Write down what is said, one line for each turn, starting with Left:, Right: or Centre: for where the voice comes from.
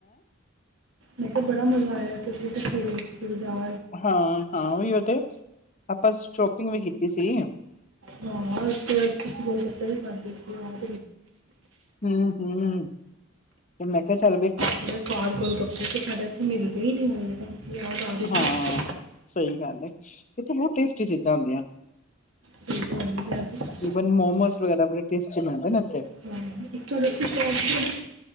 Right: ਮੈ ਕਿਹਾ ਬੜਾ ਮਜ਼ਾ ਆਇਆ ਸੀ ਜ ਇਕੱਠੇ ਗਏ ਸੀ ਬਾਜ਼ਾਰ
Left: ਹਾਂ ਹਾਂ ਉਹੀ ਹੋ ਤੇ ਆਪਾਂ ਸੋਪਿੰਗ ਵੀ ਕੀਤੀ ਸੀਗੀ
Right: ਹਾਂ ਤੁਸੀਂ ਖਾਂਦੇ ਸੀ ਆਨ
Left: ਹਮ ਹਮ ਤੇ ਮੈਂ ਕਿਹਾ ਚੱਲ ਬ
Right: ਜਿਹੜੇ ਸਵਾਦ ਗੋਲ ਕੱਪੜੇ ਤੇ ਸਾਡੇ ਉੱਥੇ ਮਿਲਦੇ ਹੀ ਨਹੀਂੀ ਹੋਣਗੇ ਤਾਂ ਯਾਦ ਆ ਰਹੀ ਸੀ
Left: ਹਾਂ ਸਹੀ ਗੱਲ ਇੱਥੇ ਬਹੁਤ ਟੇਸਟੀ ਚੀਜ਼ਾਂ ਹੁੰਦੀਆਂ
Right: ਸਹੀ ਗੱਲ ਹੈ ਜੀ ਅੱਜ
Left: ਵਨ ਮੋਮੋਸ ਵਗੈ ਆਪਣੇ <unintelligible>
Right: ਹਾਂ ਇੱਕਥੇ ਸ਼ੌਕ